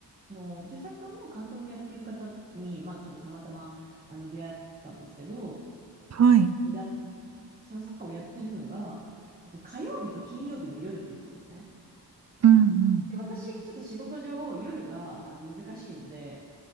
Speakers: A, on the right; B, on the right.
A: の、女子サッカーの監督をやっている方に、まあ、ちょっとたまたま、あの、出会ったんですけど、
B: はい。
A: や、そのサッカーをやっているのが、えっと火曜日と金曜日の夜って言ったんですね。
B: うん、
A: で、私、ちょっと仕事上、夜が、あの、難しいので、